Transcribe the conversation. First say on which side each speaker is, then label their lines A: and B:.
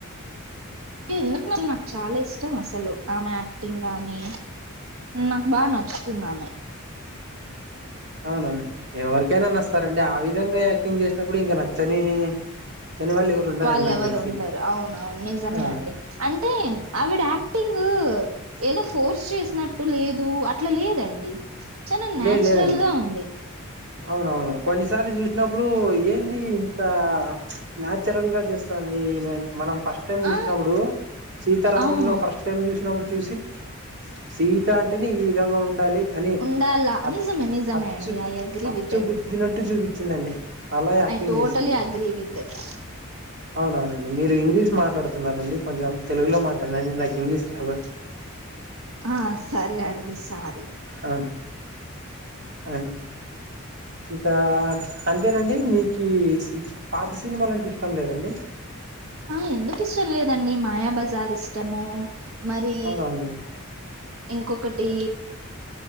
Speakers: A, on the right; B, on the right.
A: ఎందుకు నళ నాకు చాలా ఇష్టం అసలు ఆమె యాక్టింగ్ కాని నా బా నచ్చుతుందామె
B: అవునం ఎవరికైనా తెస్తారంండి ఆ విధంగా యాక్టింగ్ చేసినప్పుడు ఇంక నచ్చని నచ్చని వాళ్ళు ఎవరు ఉండరండి
A: వాళ్లెవరు
B: నాకు తెలిసి
A: ఉండరు అవున అవును నిజమే
B: ఆ
A: అండి అంటే ఆవిడ యాక్టింగ్ ఏదో ఫోర్స్ చేసినట్టు లేదు అట్ అట్ల లేదండి చాల నాచురల్
B: లే లేదండి
A: గా ఉంది
B: అవునవును కొన్నిసార్లు చూసినప్పుడు ఏంది ఇంత న్యాచురల్ గా చేస్తా స్తాంది ఈమే అనిమనం ఫస్ట్ టైం చూసినప్పుడు
A: ఆ
B: సీతారాముల్లో
A: అవును
B: ఫస్ట్ టైం చూసినప్పుడు చూసి సీత అంటేనే ఈ విధంగా ఉండాలి అని
A: ఉండాలా
B: అచ్
A: నిజమే నిజమే
B: అచ్చు
A: అండి ఐ అగ్రీ
B: అచ్చు
A: విత్ దట్
B: గుద్ధినట్టు చూపించిందండి అల యాక్టింగ్
A: ఐ టోటలీ
B: చేసింది
A: అగ్రీ విత్ దట్
B: అవునవున మీరు ఇంగ్లీష్ మాట్లాడుతున్నారండి కొంచెం తెలుగులో మాట్లాడినండి నాకు ఇంగ్లీష్ రాదు
A: ఆ సరే అండి సారీ
B: అ ఆ ఇంకా అంతేనండి మీకీ పాత సినిమ లంటే ఇష్టం లేదండి
A: ఆ ఎందుకు ఇష్టం లేదండి మాయా బజార్ ఇష్ట ఇష్టము మరి
B: అవునవునండి
A: ఇంకొకటి